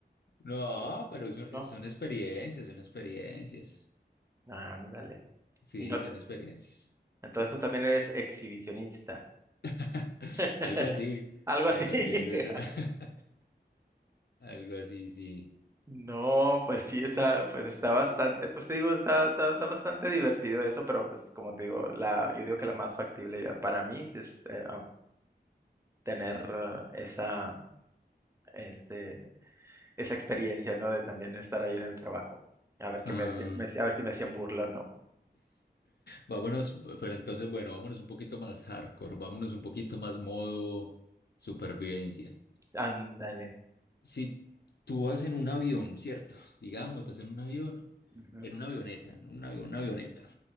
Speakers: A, on the left; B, on the right.
A: No,
B: o-
A: pero son,
B: ¿No?
A: eh, son experiencias, son experiencias.
B: Ándale.
A: Sí,
B: Y no te-
A: son experiencias.
B: entonces tú también eres exhibicionista.
A: <laughs>
B: <laughs>
A: Algo así,
B: Algo
A: algo
B: así. <laughs>
A: así, algo así, <laughs> algo así, sí.
B: No, pues sí, está, pues está bastante, pues te digo, está, está, está bastante divertido eso, pero pues como te digo, la, yo digo que la más factible ya para mí sí es eh, ah, tener ah, esa, este, esa experiencia, ¿no? De también estar ahí en el trabajo. A ver qué
A: Ah,
B: me, decía- me decía- a ver si me hacían burla o no.
A: vámonos, pero entonces, bueno, vámonos un poquito más hardcore, vámonos un poquito más modo supervivencia.
B: Ándale.
A: Si tú vas en un avión, ¿cierto? <laughs> Digamos, vas en un avión,
B: Ujú,
A: en una avioneta, en una, una avioneta,